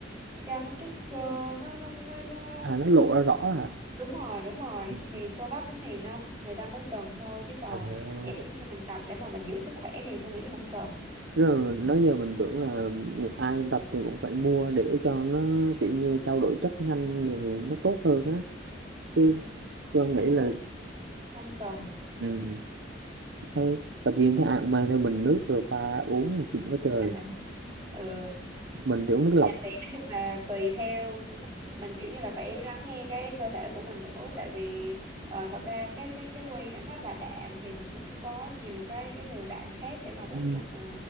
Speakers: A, on the right; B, on the right.
A: cho nó cái cơ nó nó nó, nó...
B: à nó lộ ra rõ hả
A: đúng rồi đúng rồi
B: Ừ.
A: thì cơ bắp thì nó người ta mới cần thôi chứ còn
B: à
A: dạng giống như mình tập để mà mình giữ sức khỏe thì tôi nghĩ không cần
B: rồi nói giờ mình tưởng là ai tập thì cũng phải mua để cho nó kiểu như trao đổi chất nhanh rồi nó tốt hơn á
A: Ừ,
B: chứ tôi nghĩ là
A: tôi không cần
B: ừ. thấy tập gym thấy ai cũng mang theo bình nước rồi pha uống thì xịn quá trời
A: <laughs> ừ.
B: mình thì uống nước
A: nhà
B: lọc
A: thì nói chung là tùy theo mình kiểu như là phải lắng nghe cái cơ thể của mình nữa tại vì ờ, thật ra cái cái cái whey đó nó là đạm thì mình cũng có nhiều cái cái nguồn đạm khác để mà bổ
B: Ừ.
A: sung mà